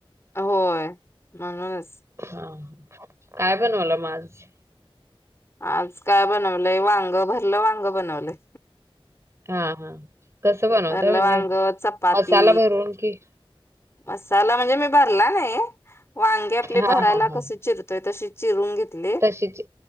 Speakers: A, on the left (about 25°); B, on the right (about 30°).
A: होय म्हणूनच.
B: हा, काय बनवलं मग माझ.
A: आज काय बनवलंय, वांग भरलं वांग बनवलंय.
B: हा-हा कस बनवतय
A: भरलं
B: म्हणजे
A: वांग, चपाती,
B: मसाला भरून कि
A: मसाला म्हणजे मी भरला नाही. वांगे आपली
B: हां,
A: भरायला
B: हां, हां.
A: कस चिरत त तशीची रूम घेतली.
B: तशीच